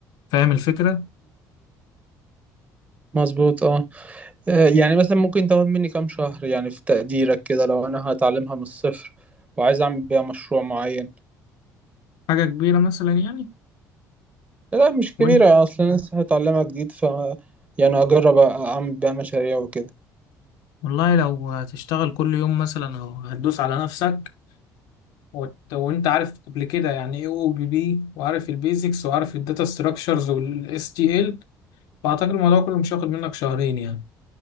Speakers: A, on the left (about 80°); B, on the right (about 20°).
A: فاهم الفكرة
B: مظبوط اه آه، يعني مثلا ممكن تاخد مني كام شهر يعني في تقديرك كده لو انا هتعلمها من الصفر وعايز اعمل بيها مشروع معين
A: حاجة كبيرة مثلا يعني
B: لا مش كبيرة
A: وأنت
B: اصلا لسه هتعلمها جديد ف يعني اجرب أ- اعمل بيها مشاريع وكده
A: والله لو هتشتغل كل يوم مثلا أو هتدوس على نفسك وت... وانت عارف قبل كده يعني ايه او بي بي وعارف البيزكس وعارف الداتا ستراكشرز والاس تي ال فاعتقد الموضوع كله مش هياخد منك شهرين يعني